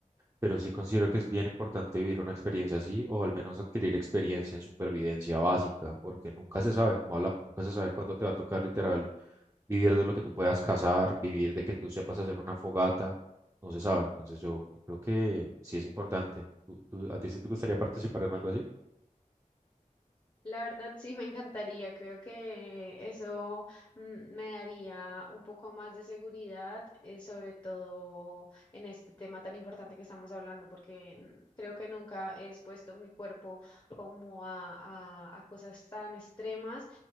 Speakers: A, on the right; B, on the left.
A: Pero sí considero que es bien importante vivir una experiencia así o al menos adquirir experiencia en supervivencia básica, porque nunca se sabe, como hablamos, nunca se sabe cuándo te va a tocar literal vivir de lo que tú puedas cazar, vivir de que tú sepas hacer una fogata, no se sabe. Entonces yo creo que sí es importante. ¿Tú, tú- a ti sí te gustaría participar en algo así?
B: La verdad sí me encantaría, creo que eso mm, me daría un poco más de seguridad, eh, sobre todo en este tema tan importante que estamos hablando, porque mm, creo que nunca he expuesto mi cuerpo como a, a- a cosas tan extremas